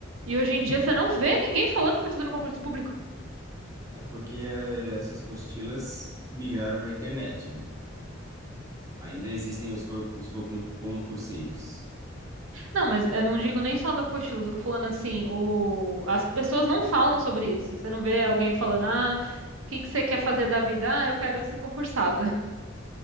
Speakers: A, on the right; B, on the right.
A: E hoje em dia você não vê ninguém falando que tá fazendo concurso público.
B: É porque eh, essas apostilas migraram para a internet, né? Ainda existem os, cor- os co- concurseiros.
A: Não, mas eu não digo nem só da apostila, eu tô falando assim, o... as pessoas não falam sobre isso. Você não vê alguém falando, ah, o que que você quer fazer da vida? Ah, eu quero ser concursada. <laughs>